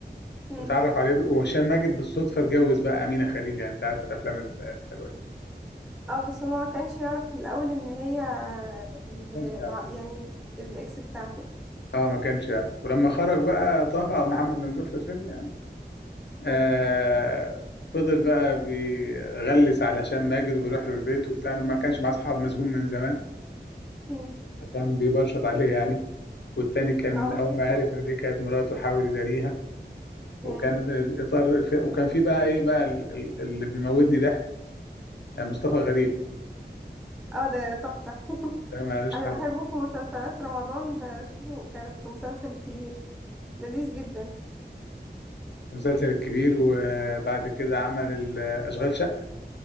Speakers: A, in the centre; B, on the left.
A: مم.
B: وتعرف عليه ب- وهشام ماجد بالصدفة اتجوز بقى أمينة خليل يعني أنت عارف الأفلام ال- الحلوة دي
A: اه بس هو ما كانش يعرف من الاول ان هي ال-
B: كانش
A: الع-
B: يعرف.
A: يعني الاكس بتاعته
B: اه ما كانش يعرف ولما خرج بقى طه او محمد ممدوح في الفيلم يعني
A: مم.
B: آه فضل بقى بيغلس على هشام ماجد وبيروح له البيت وبتاع ما كانش معاه اصحاب مسجون من زمان
A: مم.
B: فكان بيبرشط عليه يعني والتاني كان
A: اه
B: اول
A: <laughs>
B: ما عرف ان دي كانت مراته حاول يداريها
A: مم.
B: وكان الاطار ف- وكان في بقى ايه بقى ال- ال- اللي بيموتني ضحك مصطفى غريب
A: مم. اه ده تحفة <laughs>
B: ده ما لوش
A: انا
B: حل
A: بحبه في مسلسلات رمضان بشوفه كان في مسلسل الكبير لذيذ جدا
B: المسلسل الكبير وبعد كده عمل ال- اشغال شقه